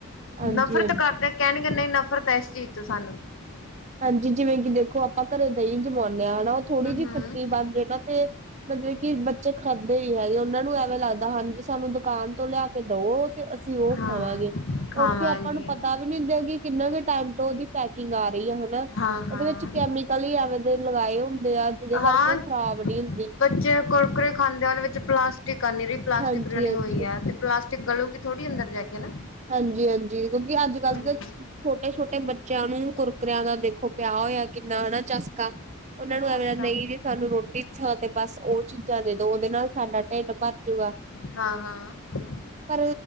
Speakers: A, on the right; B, on the left.
A: ਹਾਂਜੀ
B: ਨਫ਼ਰਤ
A: ਹਾਂਜੀ
B: ਕਰਦੇ ਕਹਿਣਗੇ, ਨਹੀਂ ਨਫ਼ਰਤ ਇਸ ਚੀਜ਼ ਤੋਂ ਸਾਨੂੰ
A: ਹਾਂਜੀ ਜਿਵੇਂ ਕਿ ਦੇਖੋ ਆਪਾਂ ਘਰੇ ਦਹੀਂ ਜਮਾਉਂਦੇ ਹਾਂ ਹਨਾ ਉਹ ਥੋੜ੍ਹੀ
B: ਹਮ
A: ਜਿਹੀ
B: ਹਮ
A: ਖੱਟੀ ਬਨ ਜਾਏ ਨਾ ਤੇ ਮਤਲਬ ਕਿ ਬੱਚੇ ਖਾਂਦੇ ਵੀ ਹੈਗੇ ਉਹਨਾਂ ਨੂੰ ਐਵੇਂ ਲੱਗਦਾ ਹਾਂਜੀ ਕਿ ਸਾਨੂੰ ਦੁਕਾਨ ਤੋਂ ਲਿਆ ਕੇ ਦਿਓ ਤੇ ਅਸੀਂ ਉਹ
B: ਹਾਂ
A: ਖਾਵਾਂਗੇ
B: ਖਾਵਾਂਗੇ
A: ਉੱਥੇ ਆਪਾਂ ਨੂੰ ਪਤਾ ਪਤਾ ਵੀ ਨਹੀਂ ਦਿ ਕਿ ਕਿੰਨਾ ਕੁ ਟਾਈਮ ਤੋਂ ਉਹਦੀ ਪੈਕਿੰਗ ਆ ਰਹੀ ਆ ਹਨਾ
B: ਹਾਂ
A: ਉਹਦੇ
B: ਹਾਂ
A: ਵਿੱਚ ਕੈਮੀਕਲ ਕਲੀ ਐਵੇਂ ਦੇ ਲਗਾਏ ਹੁੰਦੇ ਆ ਜਿਹਦੇ ਕਰਕੇ
B: ਹਾਂ
A: ਉਹ ਖ਼ਰਾਬ ਨਹੀਂ ਹੁੰਦੀ।
B: ਬੱਚੇ ਕੁਰਕੁਰੇ ਖਾਂਦੇ ਆ ਉਹਦੇ ਵਿੱਚ ਪਲਾਸਟਿਕ ਹੈ ਨਿਰੀ ਪਲਾਸਟਿਕ
A: ਹਾਂਜੀ
B: ਰਲੀ
A: ਹਾਂਜੀ
B: ਹੋਈ ਹੈ ਤੇ ਪਲਾਸਟਿਕ ਗਲੋਂਗੀ ਥੋੜ੍ਹੀ ਅੰਦਰ ਜਾ ਕੇ ਨਾ
A: ਹਾਂਜੀ- ਹਾਂਜੀ ਕਿਉਂਕਿ ਅੱਜ ਕੱਲ
B: ਹੂੰ।
A: ਤੇ ਛੋਟੇ ਛੋਟੇ ਬੱਚਿਆਂ ਨੂੰ ਕੁਰਕਰਿਆਂ ਦਾ ਦੇਖੋ ਪਿਆ ਹੋਇਆ ਕਿੰਨਾ ਹਨਾ ਚਸਕਾ ਉਹਨਾਂ ਨੂੰ
B: ਉਹੀ
A: ਐ
B: ਤਾਂ
A: ਨਹੀਂ ਜੀ ਸਾਨੂੰ ਰੋਟੀ ਥਾਂ ਤੇ ਬਸ ਉਹ ਚੀਜ਼ਾਂ ਦੇ ਦੋ ਉਹਦੇ ਨਾਲ ਸਾਡਾ ਢਿੱਡ ਭਰ ਜੂਗਾ
B: ਹਾਂ, ਹਾਂ ਹਾਂ
A: ਪਰ